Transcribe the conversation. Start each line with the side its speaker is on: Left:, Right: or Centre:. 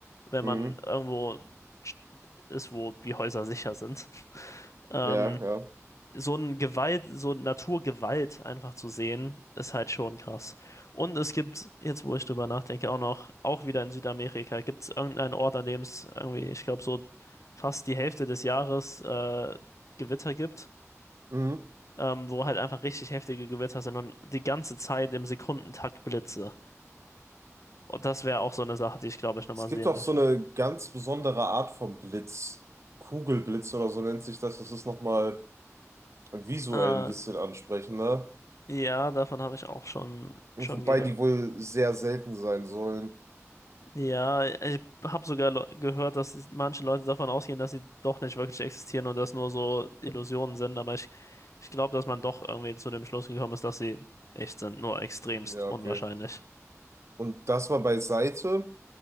Left: wenn
Right: Mhm.
Left: man irgendwo ist, wo die Häuser sicher sind. Ähm,
Right: Ja, ja.
Left: so ein Gewalt, so Naturgewalt einfach zu sehen, ist halt schon krass. Und es gibt, jetzt wo ich drüber nachdenke, auch noch, auch wieder in Südamerika, gibt es irgendeinen Ort, an dem es irgendwie, ich glaube, so fast die Hälfte des Jahres äh, Gewitter gibt,
Right: Mhm.
Left: ähm, wo halt einfach richtig heftige Gewitter sind und die ganze Zeit im Sekundentakt Blitze. Und das wäre auch so eine Sache, die ich glaube ich nochmal
Right: Es gibt
Left: sehen
Right: auch
Left: möchte.
Right: so eine ganz besondere Art von Blitz. Kugelblitz oder so nennt sich das. Das ist nochmal visuell
Left: Äh,
Right: ein bisschen ansprechender.
Left: ja, davon habe ich auch schon,
Right: Wobei
Left: schon gehört.
Right: die wohl sehr selten sein sollen.
Left: Ja, ich habe sogar Leu- gehört, dass es- manche Leute davon ausgehen, dass sie doch nicht wirklich existieren und das nur so Illusionen sind, aber ich, ich glaube, dass man doch irgendwie zu dem Schluss gekommen ist, dass sie echt sind, nur extremst
Right: Ja,
Left: unwahrscheinlich.
Right: okay. Und das mal beiseite.